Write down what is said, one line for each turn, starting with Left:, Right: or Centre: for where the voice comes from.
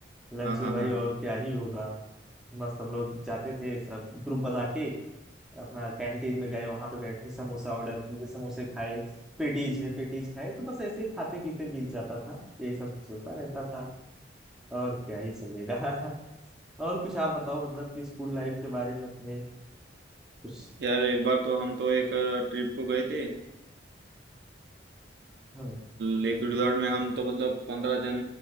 Centre: लंच
Right: हाँ हाँ
Centre: में भाई
Right: हाँ
Centre: और क्या ही होगा मस्त हम लोग जाते थे सब ग्रुप बना के अपना कैंटीन में गए वहां पे बैठे समोसा ऑर्डर किए समोसे खाए पेटीज है पेटीज खाए तो बस ऐसे ही खाते पीते बीत जाता था यही सब चलता रहता था और क्या ही चलेगा <laughs> और कुछ आप बताओ मतलब कि स्कूल लाइफ के बारे में अपने उस
Right: यार एक बार तो हम तो एक ट्रिप को गए थे
Centre: हाँ
Right: लेक रिजॉर्ट में हम तो मतलब पंद्रह जन